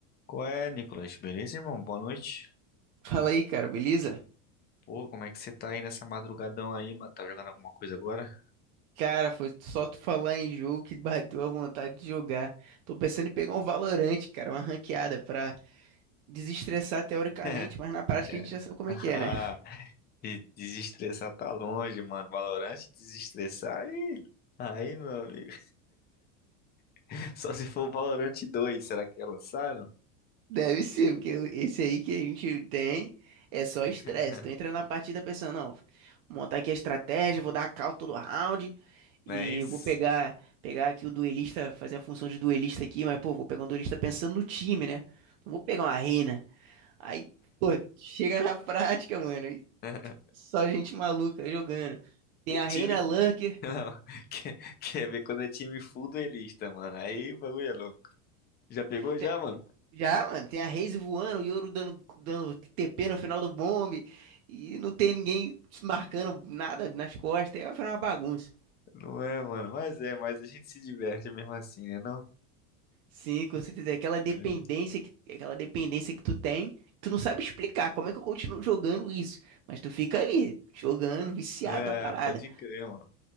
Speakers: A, on the left; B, on the right.
A: Qual é, Nicolas? Beleza, irmão? Boa noite.
B: Fala aí, cara, beleza?
A: Pô, como é que você tá aí nessa madrugadão aí, mano? Tá jogando alguma coisa agora?
B: Cara, foi só tu falar em jogo que bateu a vontade de jogar. Tô pensando em pegar um Valorante, cara, uma ranqueada pra desestressar teoricamente,
A: <laughs>
B: mas na prática
A: É.
B: a gente já sabe como
A: Ah,
B: é que é, né? <laughs>
A: e desestressar tá longe, mano. Valorant, desestressar aí. Aí, meu amigo. <laughs> Só se for Valorant dois, será que já lançaram?
B: Deve ser, porque esse aí que a gente tem é só estresse.
A: <laughs>
B: Tu entra na partida pensando, não, vou montar aqui a estratégia, vou dar a call todo round e
A: Não é isso?
B: vou pegar pegar aqui o duelista, fazer a função de duelista aqui, mas pô, vou pegar um duelista pensando no time, né? Não vou pegar uma reina. Aí, pô, chega na prática, mano, e
A: <laughs>
B: só gente maluca jogando. Tem a Reina
A: Time.
B: Lurker,
A: Não. Quer, quer ver quando é time full duelista, mano? Aí o bagulho é louco. Já pegou
B: te-
A: já, mano?
B: já, mano, tem a Raze voando, o Yoru dando, dando TP no final do bombe, e não tem ninguém marcando nada nas costas, é uma bagunça.
A: Não é, mano. Mas é, mas a gente se diverte mesmo assim, né, não?
B: Sim, com certeza, é aquela dependência
A: É.
B: que, é aquela dependência que tu tem, tu não sabe explicar como é que eu continuo jogando isso, mas tu fica ali, jogando, viciado
A: É,
B: na parada.
A: pode crer, mano.